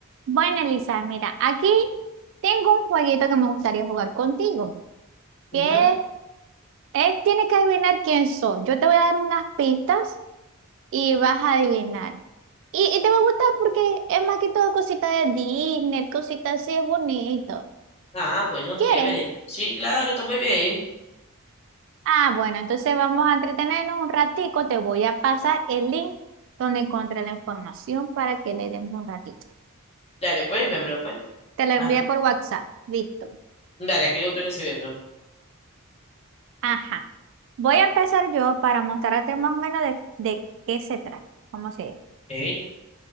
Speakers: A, on the right (about 60°); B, on the left (about 30°).
A: Bueno, Elisa, mira, aquí tengo un jueguito que me gustaría jugar contigo,
B: Ujú.
A: que es, es- tienes que adivinar quién soy. Yo te voy a dar unas pistas y vas a adivinar. Y, y te va a gustar porque es más que todo cosita de Disney, cositas así, es bonito.
B: Ah, bueno, chévere.
A: ¿Quieres?
B: Sí, claro, está muy bien.
A: Ah, bueno, entonces vamos a entretenernos un ratico. Te voy a pasar el link donde encontré la información para que le demos un ratito.
B: Dale, pues, véamelo, pues.
A: Te lo envié
B: Ah,
A: por WhatsApp. Listo.
B: dale, aquí lo estoy recibiendo.
A: Ajá. Voy a empezar yo para mostrarte más o menos de, de qué se trata. ¿Cómo se dice?
B: Ok.